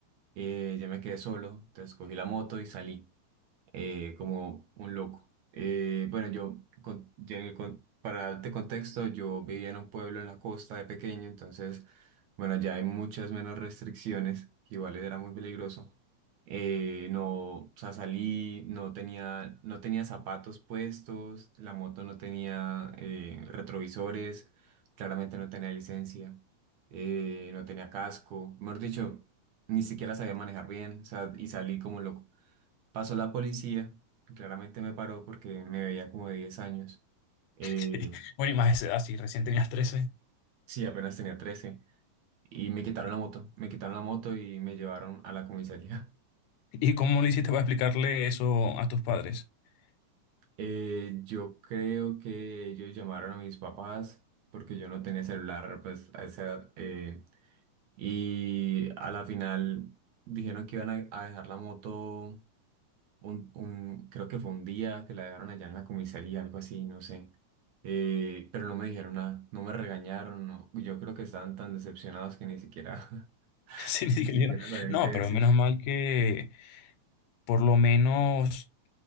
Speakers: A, on the right; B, on the left.
A: eh, yo me quedé solo, entonces cogí la moto y salí eh, como un loco. Eh, bueno, yo, con- ya en el con- para darte contexto, yo vivía en un pueblo en la costa de pequeño, entonces, bueno, ya hay muchas menos restricciones, que igual era muy peligroso. Eh, no, o sea, salí, no tenía, no tenía zapatos puestos, la moto no tenía eh, retrovisores, claramente no tenía licencia, eh, no tenía casco, mejor dicho, ni siquiera sabía manejar bien, o sea, y salí como loco. Pasó la policía, y claramente me paró porque me veía como de 10 años. Eh,
B: Sí. Bueno, y más de esa edad, sí, recién tenías trece.
A: sí, apenas tenía trece Y me quitaron la moto, me quitaron la moto y me llevaron a la comisaría. <laughs>
B: ¿Y cómo lo hiciste para explicarle eso a tus padres? <laughs>
A: Eh, yo creo que ellos llamaron a mis papás porque yo no tenía celular pues a esa edad. eh, y a la final dijeron que iban a, a dejar la moto un, un- creo que fue un día que la dejaron allá en la comisaría, algo así, no sé. Eh, pero no me dijeron nada, no me regañaron, no. Yo creo que estaban tan decepcionados que ni siquiera, <laughs>
B: Sí, ni siquiera
A: ni siquiera
B: dijeron,
A: sabían
B: No,
A: qué
B: pero
A: decir.
B: menos mal que por lo menos